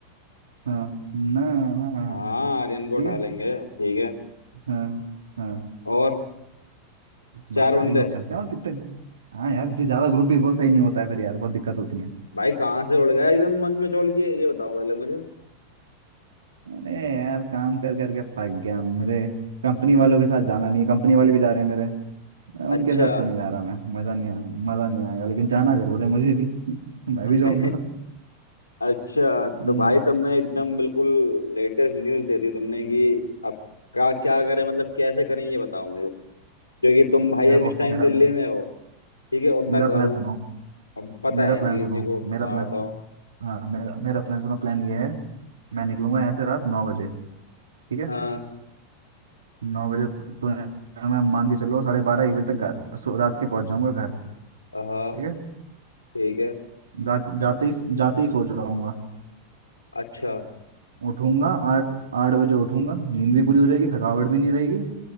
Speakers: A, on the right; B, on the left.
A: हाँ ना ना हाँ हाँ।
B: हाँ आर्यन को
A: ठीक
B: उठा
A: है
B: लेंगे ठीक है
A: हाँ हाँ
B: और
A: बस
B: चार
A: चार
B: बंदे
A: ही लोग चलते हैं और कितने हाँ यार फिर ज्यादा ग्रुप भी बहुत सही नहीं होता है फिर यार बहुत दिक्कत होती है
B: भाई कहाँ से उड़ गया एकदम मन में चौल किए ये बताओ पहले मुझे
A: अरे यार काम कर करके पक गया हूँ मुझे कंपनी वालों के साथ जाना नहीं है कंपनी वाले भी जा रहे हैं मेरे
B: अच्छा
A: उनके साथ तो नहीं जा रहा मैं मजा नहीं आया मजा नहीं आएगा लेकिन जाना जरूर है मुझे भी <laughs> मैं
B: <laughs>
A: भी जाऊंगा
B: अच्छा
A: हम्म,
B: तो भाई तुमने एकदम बिल्कुल लेटेस्ट न्यूज़ दे दी तुमने कि अब का क्या करें मतलब कैसे करें ये बताओ मुझे क्योंकि तुम भाई
A: देखो
B: अभी इस टाइम
A: मेरा
B: दिल्ली में हो ठीक है और मैं
A: मेरा
B: घर
A: प्लान
B: हूँ
A: सुनो
B: अब पता
A: मेरा
B: है नहीं
A: प्लान सुनो
B: किसी को
A: मेरा
B: हाँ
A: प्लान
B: बताओ
A: हाँ मेरा मेरा प्लान सुनो प्लान ये है मैं निकलूंगा यहाँ से रात नौ बजे ठीक है
B: हाँ
A: नौ बजे तो मैं मान के चलो साढ़े बारह एक बजे तक घर सो- रात के पहुंच जाऊंगा घर
B: हाँ
A: ठीक है
B: ठीक है
A: जा, जाते ही जाते ही सो जाऊंगा
B: अच्छा
A: उठूंगा आठ आठ बजे उठूंगा नींद भी पूरी हो जाएगी थकावट भी नहीं रहेगी